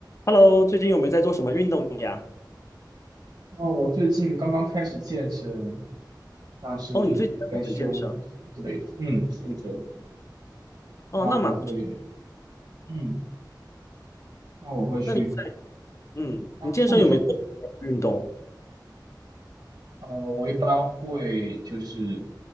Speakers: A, on the left (about 40°); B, on the right (about 65°).
A: Hello，最近有没有在做什么运动呀？
B: 哦，我最近刚刚开始健身，像是练练胸什么之类的。
A: 哦，你最近在很健身
B: 嗯，是的。
A: 哦，
B: 那我会，
A: 那蛮不错。
B: 嗯，那我会去。
A: 那你在嗯，
B: 啊，
A: 你健身有没有做什么运动？
B: 你说，你说。呃，我一般会就是